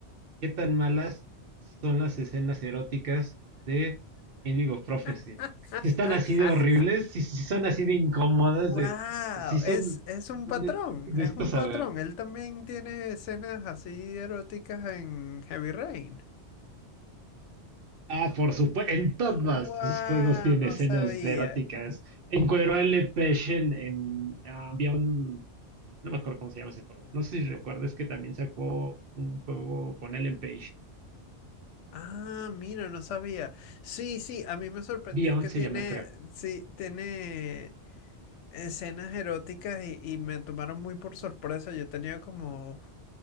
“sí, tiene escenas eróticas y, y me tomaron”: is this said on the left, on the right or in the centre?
Left